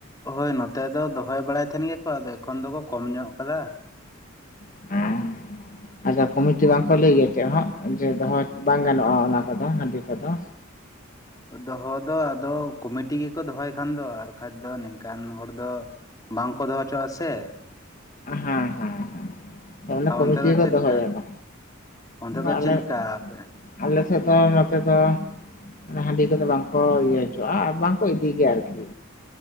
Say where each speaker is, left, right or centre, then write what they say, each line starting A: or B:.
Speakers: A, on the left; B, on the left.
A: ᱦᱳᱭ ᱱᱚᱛᱮ ᱫᱚ ᱫᱚᱦᱚᱭ ᱵᱟᱲᱟᱭ ᱛᱟᱦᱮᱱ ᱜᱮᱭᱟᱠᱚ ᱟᱫᱚ ᱮᱠᱷᱚᱱ ᱫᱚᱠᱚ ᱠᱚᱢ ᱧᱚᱜ ᱠᱟᱫᱟ
B: <inaudible> ᱟᱪᱷᱟ ᱠᱚᱢᱤᱴᱤ ᱵᱟᱝᱠᱚ ᱞᱟᱹᱭ ᱜᱮᱭᱟ ᱪᱮᱫ ᱦᱚᱸ ᱡᱮ ᱫᱚᱦᱚ ᱵᱟᱝ ᱜᱟᱱᱚᱜᱼᱟ ᱚᱱᱟ ᱠᱚᱫᱚ ᱦᱟᱺᱰᱤ ᱠᱚᱫᱚ
A: ᱫᱚᱦᱚ ᱫᱚ ᱟᱫᱚ ᱠᱚᱢᱤᱴᱤ ᱜᱮᱠᱚ ᱫᱚᱦᱚᱭ ᱠᱷᱟᱱ ᱫᱚ ᱟᱨᱠᱷᱟᱡ ᱫᱚ ᱱᱤᱝᱠᱟᱱ ᱦᱚᱲ ᱫᱚ ᱵᱟᱝᱠᱚ ᱫᱚᱦᱚ ᱦᱚᱪᱚᱣᱟᱜᱼᱟ ᱥᱮ
B: ᱦᱮᱸ ᱦᱮᱸ ᱦᱮᱸ ᱛᱟᱦᱞᱮ
A: ᱟᱨ
B: ᱠᱚᱢᱤᱴᱤ
A: ᱚᱱᱛᱮ ᱫᱚ
B: ᱜᱮᱠᱚ
A: ᱪᱮᱫ
B: ᱫᱚᱦᱚᱭᱟᱠᱚ
A: ᱞᱮᱠᱟ ᱚᱱᱛᱮ
B: ᱵᱟ
A: ᱫᱚ
B: ᱟᱞᱮ
A: ᱪᱮᱫ ᱞᱮᱠᱟ ᱟᱯᱮ
B: ᱟᱞᱮ ᱥᱮᱫ ᱫᱚ ᱱᱚᱛᱮ ᱫᱚ ᱚᱱᱟ ᱦᱟᱺᱰᱤ ᱠᱚᱫᱚ ᱵᱟᱝᱠᱚ ᱤᱭᱟᱹ ᱦᱚᱪᱚᱣᱟᱜᱼᱟ ᱟᱨ ᱵᱟᱝᱠᱚ ᱤᱫᱤ ᱜᱮᱭᱟ ᱟᱨᱠᱤ